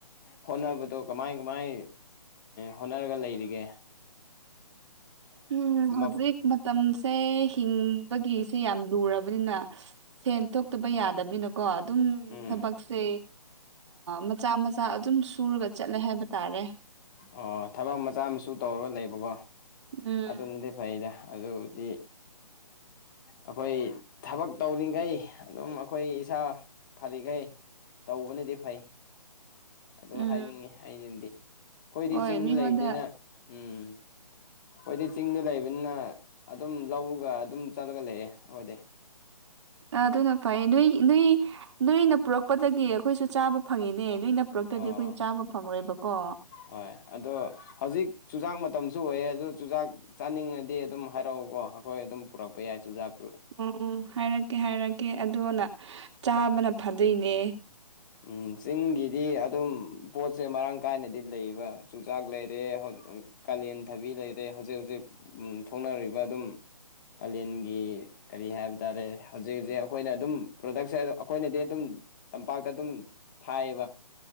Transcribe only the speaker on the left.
ꯍꯣꯠꯅꯕꯗꯣ ꯀꯃꯥꯏ ꯀꯃꯥꯏ ꯍꯣꯠꯅꯔꯒ ꯂꯩꯔꯤꯒꯦ
<unintelligible>
ꯎꯝ
ꯑꯣ ꯊꯕꯛ ꯃꯆꯥ ꯃꯁꯨ ꯇꯧꯔꯒ ꯂꯩꯕꯀꯣ
ꯑꯗꯨꯅꯗꯤ ꯐꯩꯗ ꯑꯗꯨ ꯗꯤ ꯑꯩꯈꯣꯏ ꯊꯕꯛ ꯇꯧꯔꯤꯈꯩ ꯑꯗꯨꯝ ꯑꯩꯈꯣꯏ ꯏꯁꯥ ꯐꯔꯤꯈꯩ ꯇꯧꯕꯅꯗꯤ ꯐꯩ ꯑꯗꯨ
ꯍꯥꯏꯅꯤꯡꯉꯤ ꯑꯩꯅꯗꯤ ꯑꯩꯈꯣꯏꯗꯤ
ꯆꯤꯡꯗ
ꯂꯩꯕꯅꯤꯅ ꯎꯝ ꯍꯣꯏꯗꯤ ꯆꯤꯡꯗ ꯂꯩꯕꯅꯤꯅ ꯑꯗꯨꯝ ꯂꯧꯒ ꯑꯗꯨꯝ ꯆꯠꯂꯒ ꯂꯩꯑꯦ ꯍꯣꯏꯗ
ꯑꯥ
ꯍꯣꯏ ꯑꯗꯣ ꯍꯧꯖꯤꯛ ꯆꯨꯖꯥꯛ ꯃꯇꯝꯁꯨ ꯑꯣꯏꯌꯦ ꯑꯗꯨ ꯆꯨꯖꯥꯛ ꯆꯥꯅꯤꯡꯉꯗꯤ ꯑꯗꯨꯝ ꯍꯥꯏꯔꯛꯎꯀꯣ ꯑꯩꯈꯣꯏ ꯑꯗꯨꯝ ꯄꯨꯔꯛꯄ ꯌꯥꯏ ꯆꯨꯖꯥꯛꯁꯨ
ꯎꯝ ꯆꯤꯡꯒꯤꯗꯤ ꯑꯗꯨꯝ ꯄꯣꯠꯁꯦ ꯃꯔꯥꯡ ꯀꯥꯏꯅꯗꯤ ꯂꯩꯕ ꯆꯨꯆꯥꯛ ꯂꯩꯔꯦ ꯀꯥꯂꯦꯟ ꯊꯕꯤ ꯂꯩꯔꯦ ꯍꯧꯖꯤꯛ ꯍꯧꯖꯤꯛ ꯊꯣꯛꯅꯔꯤꯕ ꯑꯗꯨꯝ ꯀꯥꯂꯦꯟꯒꯤ ꯀꯔꯤ ꯍꯥꯏꯕ ꯇꯥꯔꯦ ꯍꯧꯖꯤꯛ ꯍꯧꯖꯤꯛ ꯑꯩꯈꯣꯏꯅ ꯑꯗꯨꯝ ꯄ꯭ꯔꯣꯗꯛꯁꯦ ꯑꯩꯈꯣꯏꯅꯗꯤ ꯑꯗꯨꯝ ꯇꯝꯄꯥꯛ ꯑꯗꯨꯝ ꯐꯥꯏꯌꯦꯕ